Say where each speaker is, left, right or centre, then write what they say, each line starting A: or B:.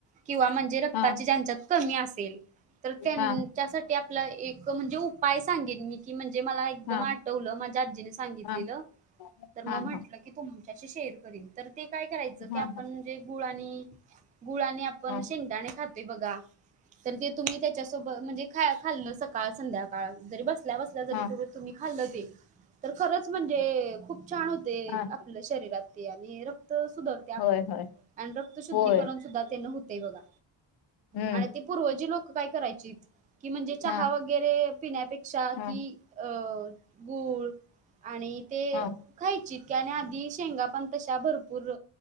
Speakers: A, on the right; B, on the left.
A: किंवा म्हणजे रक्ताची
B: हा हा
A: ज्यांच्यात कमी असेल तर त्यांच्यासाठी
B: हा
A: आपला एक म्हणजे उपाय सांगेन मी की म्हणजे मला एकदम
B: हा
A: आठवलं माझ्या आजीने सांगितलेलं
B: हा हा
A: तर मग
B: हा
A: म्हटलं
B: हा
A: की तुमच्याशी शेअर करील तर. ते काय करायचं
B: हा
A: की आपण म्हणजे गुळ आणि, गुळ आणि आपण
B: हा
A: शेंगदाणे खातोय बघा तर ते तुम्ही त्याच्यासोबत म्हणजे ख खाल सकाळ संध्याकाळ जरी बसल्या, बसल्या जरी
B: हा हा
A: तु तुम्ही खाल्ल ते तर खरंच म्हणजे खूप छान होते
B: हा
A: आपल्या शरीरात. आणि रक्त सुधारते आपलं
B: होय होय
A: आणि रक्त शुद्धीकरण
B: होय
A: सुद्धा त्यांन होते. ते बघा
B: हम्म
A: आणि ते पूर्वजी लोक काय करायचीत कि म्हणजे चहा
B: हा
A: वगैरे पिण्यापेक्षा
B: हा
A: कि अ गुळ आणि ते
B: हा
A: खायचेत आणि आधी पण तश्या भरपूर